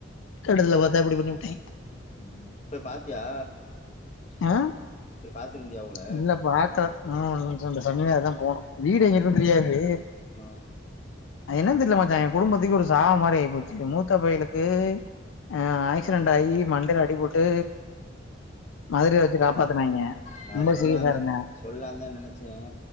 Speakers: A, on the left; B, on the left.
A: கிட்டத்துல பாத்தா இப்டி பண்ணி ப்புட்டே
B: ம் போய் பாத்தியா
A: அ
B: போய் பாத்துட்டு வந்தியா அவுகள
A: இல்ல பாக்கல ஆ ஒன்னு சொ சனி ஞாயிறுதா போகனு வீடு எங்க இருக்குன்னு தெரியாது
B: ஆ
A: அது என்னன் தெரியல மச்சான் என் குடும்பத்துக்கு ஒரு சாவ மாரி ஆயிப்போச்சு மூத்த பயலுக்கு அ ஆக்சிடென்ட் ஆகி மண்டேல அடிப்பட்டு மதுரையில வச்சு காப்பாத்துனாய்ங்க
B: நா
A: ரொம்ப
B: அத சொல்லாம்ந்தே
A: சீரியஸா இருந்தா
B: சொல்லலாம்ந்தே நெனைச்சே